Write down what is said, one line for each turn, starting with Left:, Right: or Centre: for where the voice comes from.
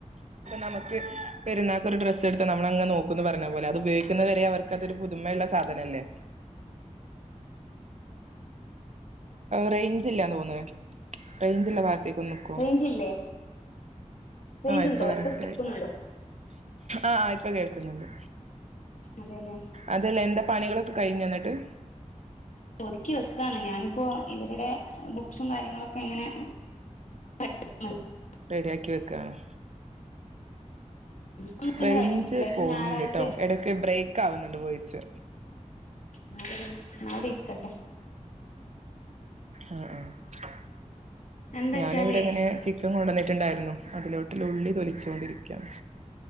Right: നമക്ക് പെരുന്നാക്ക് ഒര് ഡ്രസ്സ്‌ എടുത്താ നമ്മള് അങ്ങ് നോക്കും പറഞ്ഞപോലെ അത് ഉപയോഗിന്നത് വരെ അവർക്ക് അത് ഒരു പുതുമയുള്ള സാധനല്ലെ റെയിഞ്ചില്ലന്ന് തോന്ന് റെയിഞ്ചുള്ള ഭാഗ ത്തു നിൽക്കൂ ഐക്കൊന്ന് നിക്കുവോ
Left: റേഞ്ചില്ലേ റേഞ്ച്
Right: ആ ഇപ്പ
Left: ഉണ്ടോ
Right: കറക്റ്റ്
Left: ഇപ്പൊ കേൾക്കുന്നുണ്ടോ
Right: ആയി ആ ഇപ്പോ കേൾക്കുന്നുണ്ട്
Left: അതെല്ലേ
Right: അതല്ല എന്താ പണികളൊക്കെ കഴിഞ്ഞോ എന്നിട്ട് ഹ്
Left: ഒതുക്കി വെക്കാണ് ഞാനിപ്പോ ഇവര്ടെ ബുക്ക്സും കാര്യങ്ങളൊക്കെ ഇങ്ങനെ <unintelligible>
Right: റെഡിയാക്കി വെക്കാണ്
Left: ന്ന് പണിയൊന്നും
Right: റേഞ്ച്
Left: കഴിഞ്ഞിട്ടില്ല ഇന്ന്
Right: പോകുന്നുണ്ട്
Left: ഞാറാഴ്ച്ചായാ
Right: ട്ടോ ഇടക്ക് ബ്രേക്ക് ആവുന്നുണ്ട് വോയിസ്
Left: ന്നാ അവിടെ ഇരിക്കട്ടെ
Right: ആഹ് ആ ആ
Left: എന്താ
Right: ഞാൻ
Left: വെച്ചാലേ
Right: ഇവിടെ ഇങ്ങനെ ചിക്കൻ കൊണ്ട്ന്നി ണ്ടാരുന്നു അതിലോട്ട്ള്ള ഉള്ളി തൊലിച്ചോണ്ടിരിക്കയാണ്